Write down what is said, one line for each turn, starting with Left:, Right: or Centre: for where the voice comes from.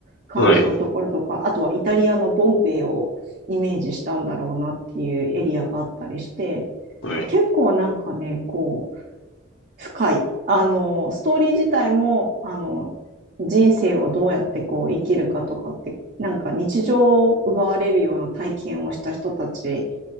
Right: 感じのところとか、
Left: あ。はい。
Right: あとはイタリアのボンペイをイメージしたんだろうなっていうエリアがあったりして、
Left: はい。
Right: 結構なんかね、こう、深い。あの、ストーリー自体も、あの、人生をどうやってこう生きるかとかって、なんか日常を奪われるような体験をした人たち